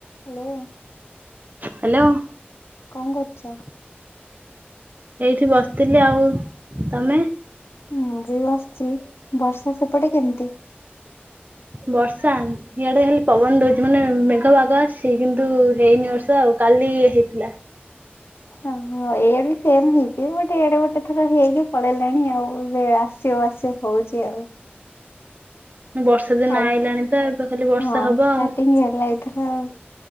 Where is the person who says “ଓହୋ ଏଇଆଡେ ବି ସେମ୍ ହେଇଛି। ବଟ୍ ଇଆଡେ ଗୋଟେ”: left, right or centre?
Left